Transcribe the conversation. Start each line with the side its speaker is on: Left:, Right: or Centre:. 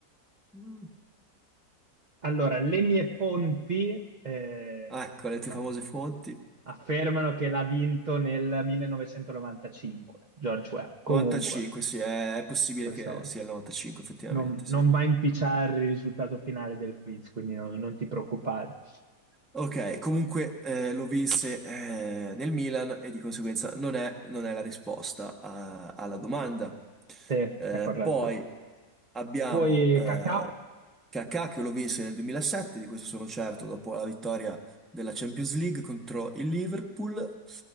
Centre: Mm.
Right: Allora, le mie fonti, eh,
Centre: Ah, Ecco, le
Right: diciamo,
Centre: tue famose fonti.
Right: affermano che l'ha vinto nel 1995, George Weah. Comunque,
Centre: 95, sì, è, è possibile
Right: questo
Centre: che sia il 95, effettivamente,
Right: non, non
Centre: sì.
Right: va a inficiare il risultato finale del quiz, quindi no- non ti preoccupare.
Centre: Ok, comunque eh, lo vinse eh, nel Milan e di conseguenza non è, non è la risposta a- alla domanda.
Right: Sì,
Centre: Eh,
Right: è corretto.
Centre: poi abbiamo
Right: Poi
Centre: eh,
Right: Kakà.
Centre: Kakà che lo vinse nel 2007, di questo sono certo, dopo la vittoria della Champions League contro il Liverpool.